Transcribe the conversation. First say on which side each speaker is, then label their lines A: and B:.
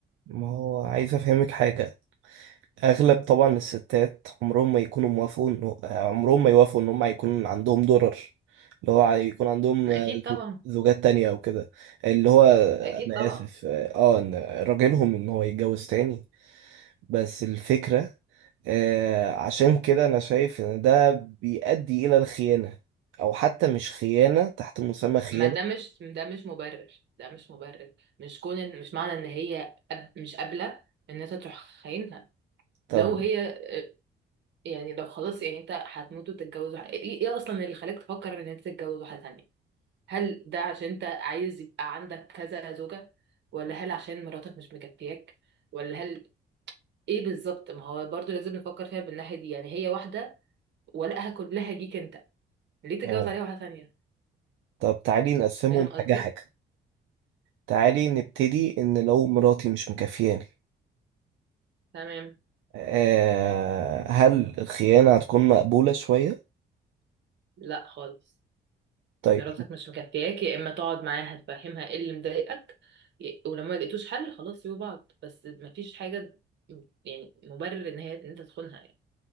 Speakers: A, on the right (about 80°); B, on the right (about 60°).
A: ما هو عايز افهمك حاجه اغلب طبعا الستات عمرهم ما يكونوا موافقوا إنه- عمرهم ما يوافقوا ان هم هيكون عندهم درر اللي هو يكون عندهم
B: ما
A: آه،
B: اكيد طبعا
A: زو- زوجات تانية او كده اللي هو
B: اكيد
A: انا
B: طبعا
A: اسف اه آه، ان راجلهم ان هو يتجوز تاني بس الفكرة آه عشان كده أنا شايف إن ده بيؤدي إلى الخيانة أو حتى مش خيانة تحت مسمى خيانة
B: ما ده مش ده مش مبرر ده مش مبرر مش كون إن- مش معنى ان هي أب مش قابلة ان انت تروح خاينها
A: طب
B: لو هي آه، يعني لو خلاص يعني انت هتموت وتتجوز واحد- ايه إيه اصلا اللي خلاك تفكر ان انت تتجوز واحدة تانية هل ده عشان انت عايز يبقى عندك كذا زوجة ولا هل عشان مراتك مش مكفياك ولا هل ايه بالظبط ما هو برضو لازم نفكر فيها بالناحية دي يعني هي واحدة ولقها كلها ليك انت ليه تتجوز
A: آه.
B: عليها واحدة ثانية
A: طب تعالي نقسمهم
B: فاهم قصدي
A: حاجة حاجة تعالي نبتدي إن لو مراتي مش مكافياني
B: تمام
A: آه هل الخيانة هتكون مقبولة شوية؟
B: لا خالص
A: طيب
B: مراتك مش مكفياك يا اما تقعد معاها تفهمها ايه اللي مضايقك ي- ولما ما لقيتوش حل خلاص سيبوا بعض بس مفيش حاجة م- يعني مبرر ان هي ان انت تخونها يعني